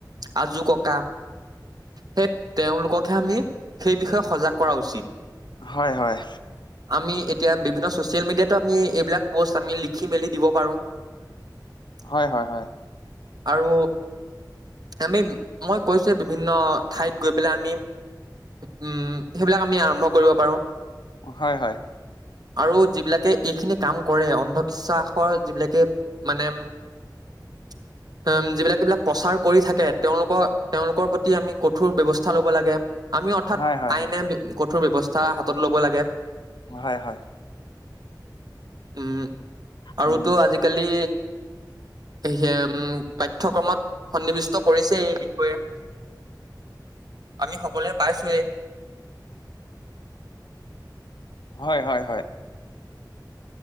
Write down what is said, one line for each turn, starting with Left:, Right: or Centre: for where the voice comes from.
Right: আজো ককা। সেই তেওঁলোককহে আমি সেই বিষয়ে সজাগ কৰা উচিত।
Left: হয়, হয়।
Right: আমি এতিয়া বিভিন্ন চচিয়েল মিডিয়াতো আমি এইবিলাক পষ্ট আমি লিখি মেলি দিব পাৰো। <unintelligible>
Left: হয় হয় হয়
Right: আৰু আমি মই কৈছো বিভিন্ন ঠাইত গৈ পেলাই আমি উম সেইবিলাক আমি আৰম্ভ কৰিব পাৰো
Left: হয় হয়
Right: আৰু যিবিলাকে এইখিনি কাম কৰে অন্ধবিশ্বাসৰ যিবিলাকে মানে <unintelligible> উম যিবিলাকবিলাক প্ৰচাৰ কৰি থাকে তেওঁলোকৰ তেওঁলোকৰ প্ৰতি আমি কঠোৰ ব্যৱস্থা লব লাগে আমি অৰ্থাৎ
Left: হয় হয়
Right: আইনে কঠোৰ ব্যৱস্থা হাতত ল'ব লাগে
Left: হয় হয়
Right: উম আৰুতো
Left: উম
Right: আজিকালি য়া উম পাঠ্যক্ৰমত সন্নিৱিষ্ট কৰিছে এই বিষয়ে আমি সকলোৱে পাইছোৱেই
Left: হয় হয় হয়